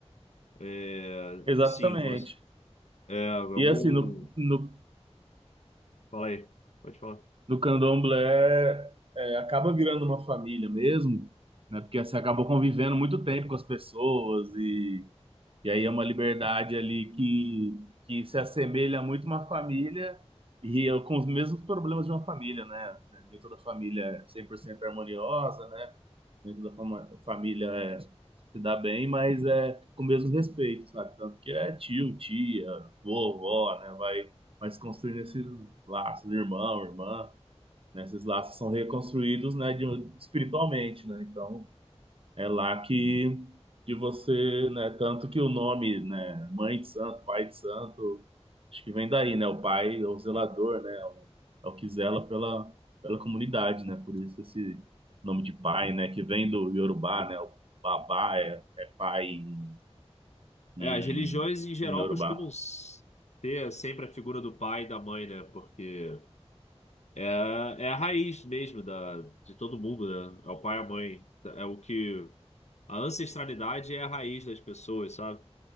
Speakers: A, on the left; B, on the right.
A: É,
B: exatamente.
A: sim, você, é algum.
B: E assim, no, no
A: Fala aí, pode falar.
B: no candomblé é, acaba virando uma família mesmo, né? Porque você acaba convivendo muito tempo com as pessoas e, e aí é uma liberdade ali que, que se assemelha muito a uma família e é com os mesmos problemas de uma família, né? Nem toda família é 100% harmoniosa, né? Nem toda fama- família é, se dá bem, mas é com o mesmo respeito, sabe? Tanto que é tio, tia, vovó, né? Vai, vai se construindo esses laços, irmão, irmã né? Esses laços são reconstruídos, né, de, um- espiritualmente, né? Então, é lá que, que você, né, tanto que o nome, né, Mãe de Santo, Pai de Santo, acho que vem daí, né? O pai, é o zelador, né? É o, é o que zela pela, pela comunidade, né? Por isso esse nome de pai, né? Que vem do Yorubá, né? O babá é, é pai em, em,
A: É, as religiões em geral
B: em Yorubá.
A: costumam s- ter sempre a figura do pai e da mãe, né? Porque é, é a raiz mesmo da, de todo mundo, né? É o pai e a mãe. É o que. A ancestralidade é a raiz das pessoas, sabe?